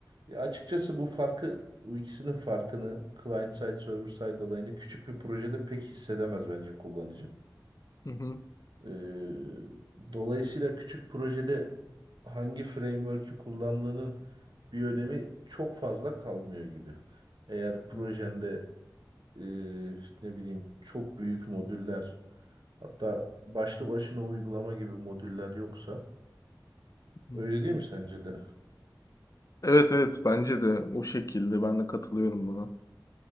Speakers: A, on the right; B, on the left.
A: Ya açıkçası bu farkı bu ikisinin farkını client side server side olayını küçük bir projede pek hissedemez bence kullanıcı.
B: Hı hı.
A: Ee, dolayısıyla küçük projede hangi framework'ü kullandığının bir önemi çok fazla kalmıyor gibi. Eğer projende
B: Hı
A: e, ne bileyim çok büyük modüller Hatta başlı başına uygulama gibi modüller yoksa.
B: hı.
A: Öyle değil mi sence de?
B: Evet evet bence de o şekilde ben de katılıyorum buna.